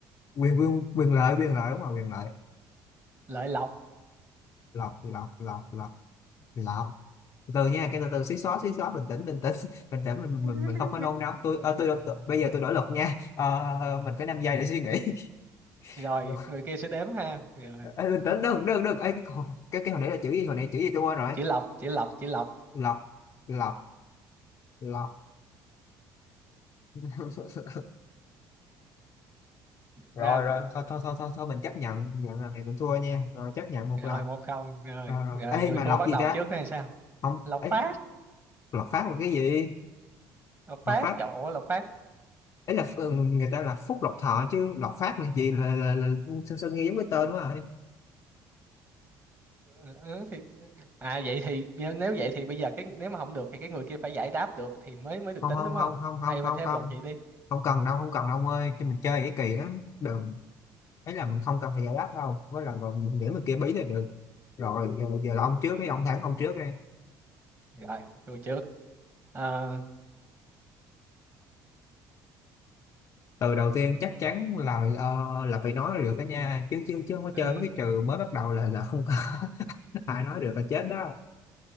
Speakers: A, on the left; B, on the right.
A: quyền quyền quyền lợi quyền lợi đúng không quyền lợi
B: lợi lộc
A: lọc lọc lọc lọc lọc từ từ nha cái từ từ xí xóa xí xóa bình tĩnh bình tĩnh <laughs> bình tĩnh mình
B: <laughs>
A: mình, mình không có nôn nóng tôi, ờ, tôi, tôi bây giờ tôi đổi luật nha Ờ, mình có 5 giây để suy nghĩ
B: rồi
A: <laughs>
B: người kia sẽ đếm ha rồi
A: Ê, bình tĩnh đừng đừng đừng Ê, cái con- cái cái hồi nãy là chữ gì hồi nãy chữ gì tôi quên rồi
B: chữ lộc chữ lộc chữ lộc
A: lọc lọc lọc <laughs> rồi
B: năm
A: rồi thôi thôi thôi thôi, thôi mình chấp nhận nhận lần này cũng thua nha rồi chấp nhận một
B: rồi
A: lần
B: một không rồi
A: rồi rồi
B: rồi
A: Ê,
B: người
A: mà
B: thua
A: lọc
B: bắt
A: gì
B: đầu
A: ta
B: trước hay sao
A: không
B: Lộc
A: ấy
B: Phát
A: lọc phát là cái gì
B: Lộc Phát
A: lọc phát
B: trời ơi Lộc Phát
A: ấy là ừ, người ta là phúc lộc thọ chứ lộc phát là gì là là, là, sơn sao nghe giống cái tên quá rồi
B: ừ, ừ, ừ, thì à vậy thì nếu vậy thì bây giờ cái nếu mà không được thì cái người kia phải giải đáp được thì mới mới được
A: không
B: tính
A: không
B: đúng không
A: không không không
B: hay mình
A: không
B: thêm
A: không
B: luật vậy đi
A: không cần đâu không cần đâu ông ơi chứ mình chơi cái kỳ lắm đừng thế là mình không cần phải giải đáp đâu với là rồi mình điểm mình kia bí là được rồi giờ, giờ là ông trước cái ông thẳng ông trước đây
B: rồi tôi trước Ờ,
A: từ đầu tiên chắc chắn là ờ, là phải nói được đó nha chứ chứ chứ không có
B: ừ,
A: chơi mấy cái trừ mới bắt đầu là là không có <laughs> ai nói được là chết đó